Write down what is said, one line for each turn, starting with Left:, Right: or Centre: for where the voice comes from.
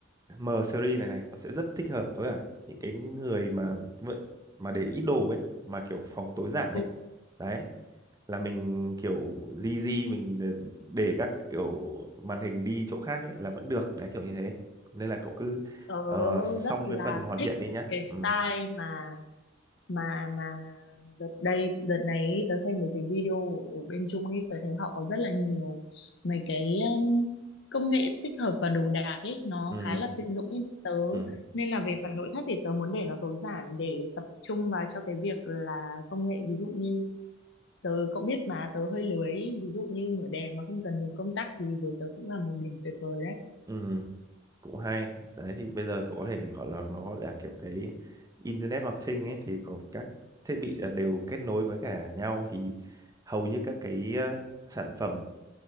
Right: M series này này nó sẽ rất thích hợp với cả những cái người mà vẫn mà để ít đồ ấy mà kiểu phòng tối giản
Left: Ừ.
Right: ấy đấy là mình kiểu di di mình ờ, để các kiểu màn hình đi chỗ khác ấy là vẫn được đấy kiểu như thế nên là cậu cứ
Left: tớ
Right: ờ, xong
Left: rất là
Right: cái phần hoàn
Left: thích
Right: thiện đi nhá
Left: cái style
Right: ừ
Left: mà mà mà đợt đây đợt này ý, tớ xem mấy cái video ở bên Trung ấy tớ thấy họ có rất là nhiều mấy cái um, công nghệ tích hợp và đồ đạc ấy nó
Right: ừ
Left: khá là tiện dụng ấy tớ
Right: ừ
Left: nên là về phần nội thất thì tớ muốn để nó tối giản để tập trung vào cho cái việc là công nghệ ví dụ như tớ cậu biết mà tớ hơi lười ý, ví dụ như mở đèn mà không cần dùng công tắc thì với tớ cũng là một điểm tuyệt vời đấy
Right: ừ cũng hay đấy thì bây giờ cậu có thể gọi là nó gọi là kiểu cái Internet of Things ấy thì có các thiết bị là đều kết nối với cả nhau thì hầu như các cái ờ, sản phẩm